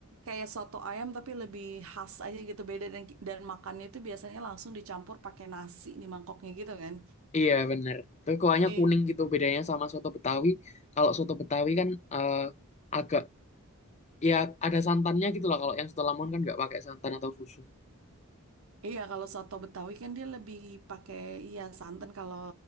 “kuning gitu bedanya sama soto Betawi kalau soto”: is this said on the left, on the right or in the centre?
Left